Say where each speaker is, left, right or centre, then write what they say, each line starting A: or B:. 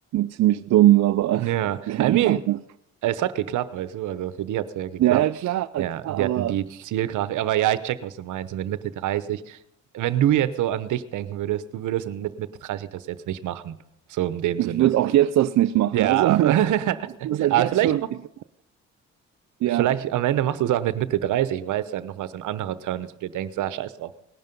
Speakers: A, on the right; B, on the right.
A: ziemlich dumm, aber
B: Ja,
A: <laughs> keine
B: I mean,
A: Ahnung.
B: es hat geklappt, weißt du, also für die hat es ja geklappt.
A: Ja, ja, klar,
B: Ja,
A: klar, aber
B: die hatten die Zielgrafik, aber ja, ich check, was du meinst. Und mit Mitte dreißig wenn du jetzt so an dich denken würdest, du würdest mit Mitte 30 das jetzt nicht machen, so in dem
A: ich
B: Sinne.
A: würde auch jetzt das nicht machen.
B: Ja,
A: Also <laughs> ich finde
B: <laughs>
A: das halt
B: aber
A: jetzt
B: vielleicht,
A: schon,
B: mach-
A: ich, ja,
B: vielleicht am Ende machst du es auch mit Mitte dreißig weil es dann nochmal so ein anderer Turn ist, wo du denkst, ah, scheiß drauf,